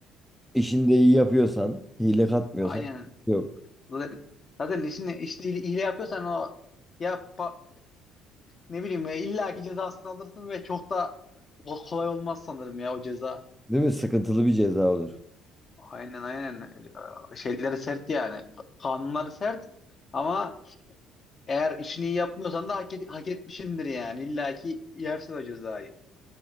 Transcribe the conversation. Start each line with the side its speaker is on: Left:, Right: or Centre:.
Centre: işini de iyi yapıyorsan, hile katmıyorsan
Left: Aynen.
Centre: yok.
Left: Zaten, zaten işini, işini hile hile yapıyorsan o ya pa- ne bileyim ya illa ki cezasını alırsın ve çok da ko- kolay olmaz sanırım ya o ceza.
Centre: Değil mi? Sıkıntılı bir ceza olur.
Left: Aynen aynen. E, Şeyleri sert yani. Kanunları sert ama Eğer işini iyi yapmıyorsan da hak, et, hak etmişindir yani. İlla ki yersin o cezayı.